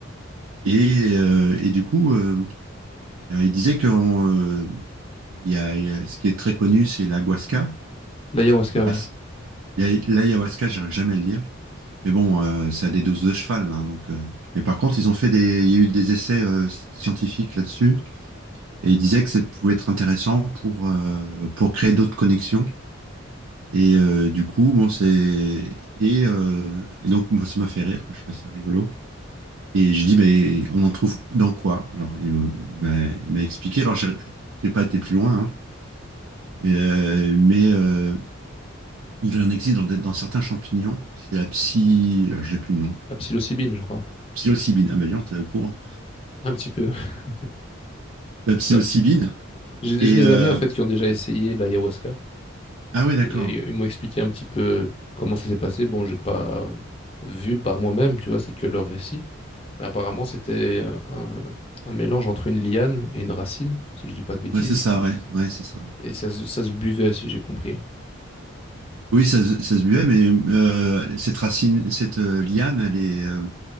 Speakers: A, on the right; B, on the left.
A: Et, euh, et du coup, euh, alors, il disait que on, euh, il y a, il y a- ce qui est très connu, c'est l'ayahuasca.
B: L'ayahuasca,
A: Et là,
B: ouais.
A: c'est- il y a- l'ayahuasca, j'arrive jamais à le dire. Mais bon, euh, c'est à des doses de cheval, hein, donc. euh. Mais par contre, ils ont fait des, il y a eu des essais euh, scientifiques là-dessus, et ils disaient que ça pouvait être intéressant pour euh, pour créer d'autres connexions. Et euh, du coup, bon, c'est et, euh, et donc bon, ça m'a fait rire, quoi, je trouvais ça rigolo. Et j'ai dit, ben, on en trouve dans quoi? Alors, il, ben, il m'a expliqué. Alors, j'ai j'ai pas été plus loin, hein. Et, euh, mais euh, il en existe dans, des- dans certains champignons. C'est la psy, alors, j'ai plus le nom.
B: La psilocybine, je crois.
A: Psilocybine. Ah bah dis donc, t'es au courant.
B: Un petit peu. <laughs>
A: La psilocybine.
B: Non. J'ai
A: Et
B: j'ai des
A: euh,
B: amis en fait qui ont déjà essayé l'ayahuasca
A: ah ouais, d'accord.
B: et ils m'ont expliqué un petit peu comment ça s'est passé. Bon, j'ai pas vu par moi-même, tu vois, c'est que leur récit. Mais apparemment, c'était un, un mélange entre une liane et une racine, si je dis pas de bêtises.
A: Ouais, c'est ça, ouais. Ouais, c'est ça. ouais.
B: Et ça, se- ça se buvait, si j'ai compris.
A: Oui, ça, se ça se buvait, mais euh, cette racine, cette euh, liane, elle est, euh,